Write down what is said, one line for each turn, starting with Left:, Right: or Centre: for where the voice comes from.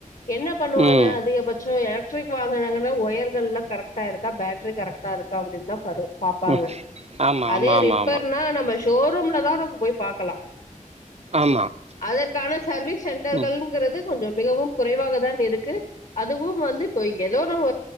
Left: என்ன பண்ணுவாங்க
Right: ம்
Left: அதிகபட்சம் எலக்ட்ரிக் வாகனங்கள்ல ஒயர்கள்லாம் கரெக்டா இருக்கா பேட் ரி கரெக்டா இருக்க அப்டின் தான் பரு பாப்பாங்க
Right: ம் ஆமாம்
Left: அதே
Right: ஆமாம் ஆமாம்
Left: ரிப்பேர்னா நம்ம ஸ் ஸ்டோர் ரூம்ல தான் நம்ம போய் பாக்கலாம்
Right: ஆமாம் ஆமாம்
Left: அதற்கான சர்வீஸ் சென்டர்கள்
Right: ம்
Left: இருக்குறது கொஞ்சம் மிகவும் குறைவாக தான் இருக்கு அதுவும் வந்து இப்ப ஏதோ நம்ம